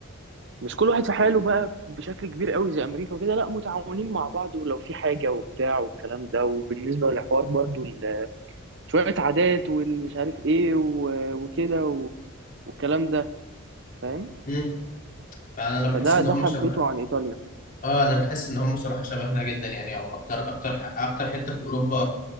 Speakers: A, on the right; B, on the left.
A: مش كل واحد في حاله بقى بشكل كبير قوي زي امريكا وكده لا متعاونين مع بعض ولو في حاجه وبتاع والكلام ده وبالنسبه للحوار برضو ال- شويه عادات والمش عارف ايه و- وكده و- والكلام ده فاهم
B: امم فانا بحس
A: فده
B: ان هم
A: ده حبيته
B: شبه
A: عن ايطاليا
B: اه انا بحس ان هم صراحه شبهنا جدا يعني او اكتر اكتر اكتر حته في اوروبا